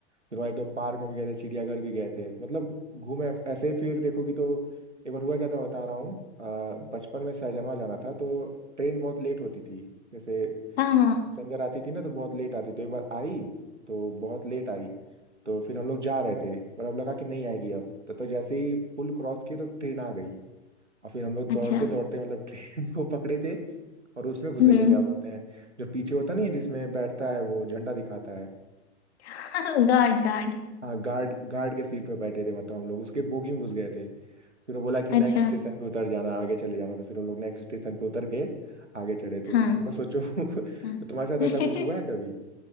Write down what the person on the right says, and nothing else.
फिर वहाँ एकदम पार्क में भी गए थे चिड़ियाघर भी गए थे मतलब घूमे ऐसे फिर देखोगी तो एक बार हुआ क्या था मैं बता रहा हूँ अ, बचपन में सहजनवा जाना था तो ट्रेन बहुत लेट होती थी जैसे
पैसेंजर आती थी ना तो बहुत लेट आती तो एक बार आई तो बहुत लेट आई तो फिर हम लोग जा रहे थे मतलब लगा कि नहीं आएगी अब तो, तो जैसे ही पुल क्रॉस किए तो ट्रेन आ गई और फिर हम लोग दौड़ते
दौड़ते मतलब ट्रेन <laughs> को पकड़े थे और उसमें घुसे
थे क्या बोलते हैं जो पीछे होता नहीं है जिसमें बैठता है वो झंडा दिखाता है
हाँ गार्ड गार्ड के सीट में बैठे थे मतलब हम लोग उसके बोगी में घुस गए थे फिर वो बोला कि नेक्स्ट
स्टेशन पे उतर जाना आगे चले जाना तो फिर हम लोग नेक्स्ट स्टेशन पे उतर के आगे चढ़े
थे मतलब सोचो <laughs> तो
तुम्हारे साथ
ऐसा कुछ हुआ है कभी